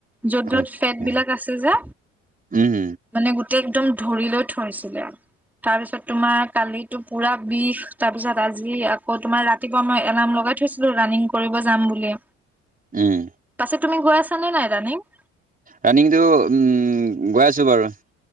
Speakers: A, in the centre; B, on the right.
A: য'ত য'ত
B: আচ্ছা
A: ফেট বিলাক আছে যে
B: উম
A: মানে গোটেই একদম ধৰি লৈ থৈছিলে তাৰপিছত তোমাৰ কালিতো পুৰা বিষ তাৰপিছত আজি আকৌ তোমাৰ ৰাতি ৰাতিপুৱা মই এলাৰ্ম লগাই থৈছিলো ৰাণিং কৰিব যাম বুলি।
B: উম
A: পাছে তুমি গৈ আছা নে নাই ৰাণীং?
B: ৰানিিংটো অ উম গৈ আছোঁ বাৰু।